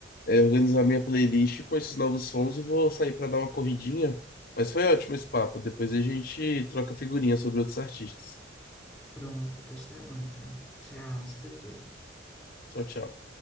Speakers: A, on the left (about 50°); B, in the centre.
A: é, organizar minha playlist com esses novos sons e vou sair para dar uma corridinha. Mas foi ótimo esse papo. Depois a gente troca figurinha sobre outros artistas.
B: Pronto, pois tá bom então. Tchau, se cuida.
A: Tchau, tchau.